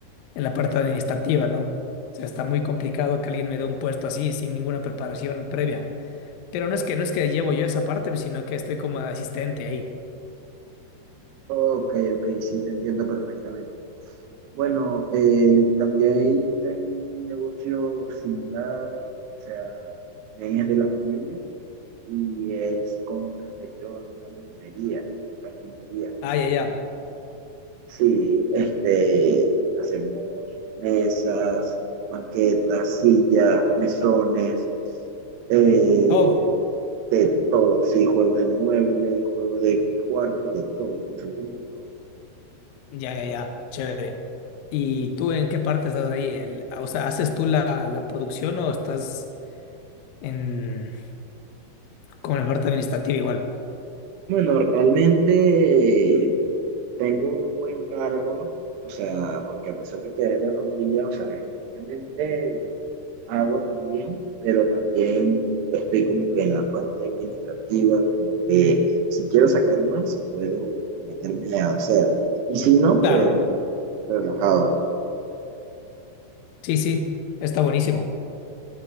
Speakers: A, on the left; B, on the right.
A: en la parte administrativa, ¿no? O sea, está muy complicado que alguien me dé un puesto así sin ninguna preparación previa. Pero no es que no es que llevo yo esa parte, pues, sino que estoy como de asistente ahí.
B: Ok, ok, sí, te entiendo perfectamente. Bueno, eh, también tengo un negocio similar, o sea, también es de la familia. y es con respecto a una mueblería, carpintería.
A: Ah, ya, ya.
B: Sí, este, hacemos mesas, banquetas, sillas, mesones, eh,
A: Todo.
B: de todo, sí, juegos de muebles, juegos de cuarto, de todo, absolutamente todo.
A: Ya, ya, ya. Chévere. ¿Y tú en qué parte estás ahí? El- o sea, ¿haces tú la, la producción o estás en como en la parte administrativa igual?
B: Bueno, realmente tengo un buen cargo, o sea, porque a pesar de que es de familia, o sea, eh, obviamente hago también, pero también estoy como que en la parte administrativa, como que si quiero sacar más, puedo meterme a hacer. Y si no,
A: Claro.
B: pues relajado.
A: Sí, sí. Está buenísimo.